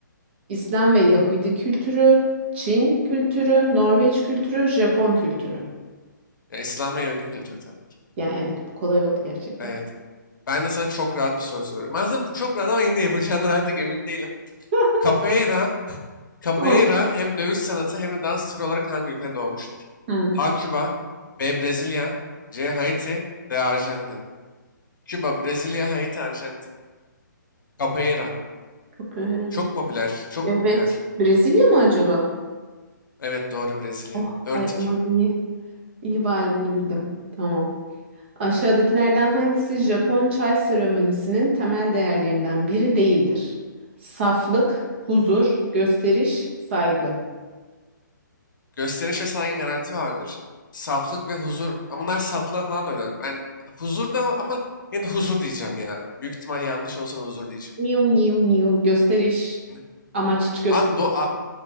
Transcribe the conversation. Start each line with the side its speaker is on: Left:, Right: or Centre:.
Right: İslam ve Yahudi kültürü, Çin kültürü, Norveç kültürü, Japon kültürü.
Left: Ya, İslam ve Yahudi kültürü tabii ki.
Right: Yani evet bu kolay oldu gerçekten.
Left: Evet. Ben de sana çok rahat bir soru soruyorum. Aslında bu çok rahat ama yine de yapacağından artık emin değilim.
Right: <laughs>
Left: Capoeira, Capoeira
Right: Hı.
Left: hem dövüş sanatı hem de dans türü olarak hangi ülkede doğmuştur?
Right: Hı.
Left: A. Küba, B. Brezilya, C. Haiti, D. Arjantin. Küba, Brezilya, Haiti, Arjantin. Capoeira.
Right: Çok öyle.
Left: Çok popüler, çok
Right: Evet.
Left: popüler.
Right: Brezilya mı acaba?
Left: Evet doğru Brezilya.
Right: Oh
Left: 4-2.
Right: ay aman iyi. İyi bari bunu bildim. Tamam. Aşağıdakilerden hangisi Japon çay seremonisinin temel değerlerinden biri değildir? Saflık, huzur, gösteriş, saygı.
Left: Gösteriş ve saygı garanti vardır. Saflık ve huzur. Ama bunlar saflığa falan da önemli. Ben huzur da ama yine de huzur diyeceğim ya. Büyük ihtimal yanlış olsa da huzur diyeceğim.
Right: Niu niu niu gösteriş.
Left: Ne?
Right: Amaç hiç gösteriş.
Left: Abi, do, abi,